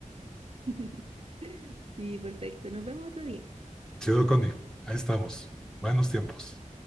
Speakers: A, on the right; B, in the centre.
A: <laughs> Sí, perfecto. Nos vemos otro día.
B: Chido, Connie. Ahí estamos. Buenos tiempos.